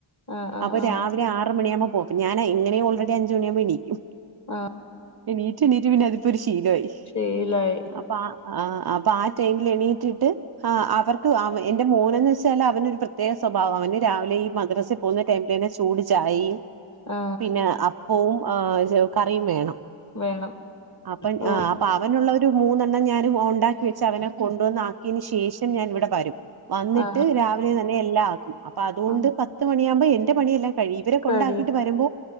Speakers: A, on the left; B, on the right.
A: ആ ആ
B: അപ്പൊ
A: ആ
B: രാവിലെ ആറ് മണിയാകുമ്പോ പോവും ഞാൻ എങ്ങനെ ഓൾറെഡി അഞ്ച് മണിയാകുമ്പോ എണീക്കും
A: ആ ആ.
B: എണീറ്റ് എണീറ്റ് പിന്നെ അതിപ്പോ ഒരു ശീലായി
A: ശീലായി
B: അപ്പ ആ അപ്പ ആ ടൈം എണീറ്റിട്ട് അവർക്ക് എന്റെ മോനന്ന് വെച്ചാൽ അവനൊരു പ്രത്യേക സ്വഭാവാ അവന് രാവിലെ മദ്രസയിൽ പോകുന്ന ടൈമിൽതന്നെ ചൂട് ചായയും
A: ആ
B: പിന്നെ അപ്പവും ആ കറിയും വേണം
A: വേണം
B: അപ്പം
A: ഓ
B: അപ്പൊ അവനുള്ള ഒരു മൂന്നെണ്ണം ഞാനും ഉണ്ടാക്കി വെച്ച് അവന് കൊണ്ടുവന്ന് ആക്കിയേന് ശേഷം ഞാൻ ഇവിടെ വരും വന്നിട്ട്
A: ആ
B: രാവിലെ തന്നെ എല്ലാം ആക്കും അപ്പൊ അതോണ്ട്
A: ആ
B: പത്ത് മണിയാകുമ്പോ എന്റെ പണിയെല്ലാം- കഴിയും ഇവരെ കൊണ്ടാക്കിയിട്ട്
A: കഴിയും
B: വരുമ്പോ